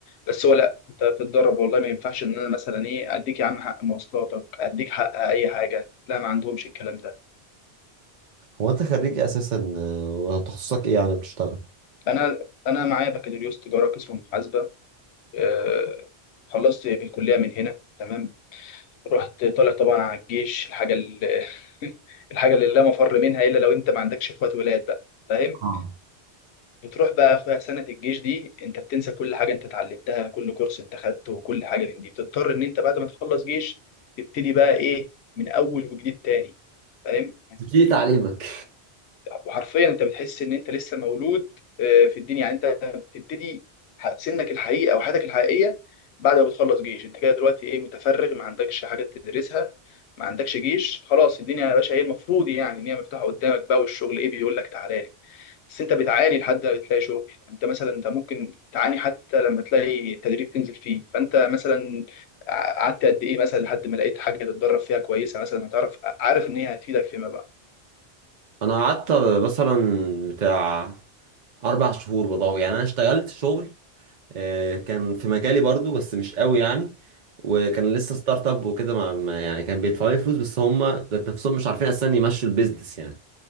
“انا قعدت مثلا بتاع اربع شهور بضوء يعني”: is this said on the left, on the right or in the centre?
Right